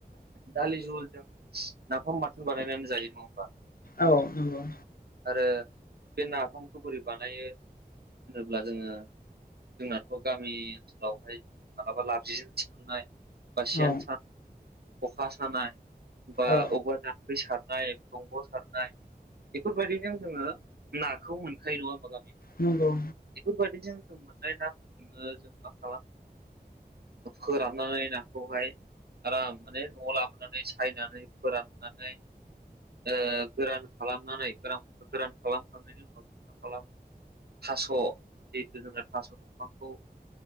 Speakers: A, on the right (about 70°); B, on the left (about 60°).
A: दालि जहलजों नाफाम बाथोन बानायनानै जायो नङा होमबा?
B: औ नंगौ।
A: आरो बे नाफामखौ बोरै बानायो होनोब्ला जोङो जोंनाथ' गामि ओनसोलावहाय मालाबा लाबजिजों थिखांनाय ओ सेन
B: औ
A: सा खखा सानाय बा
B: औ
A: औवा दान दै सारनाय दंग' सारनाय बेफोरबायदिजों जोङो नाखौ मोनखायो नङा <unintelligible>
B: नंगौ।
A: बेफोरबायदिजों जों मोननाय नाफोरखौनो जों मा खालामो फोराननानै नाखौहाय आराम माने न'आव लाबोनानै सायनानै फोराननानै ओ गोरान खालामनानै गोरान गोरान खालामखांनायनि उनाव जों मा खालाम थास' जिहेथु जोंना थास' दंफांखौ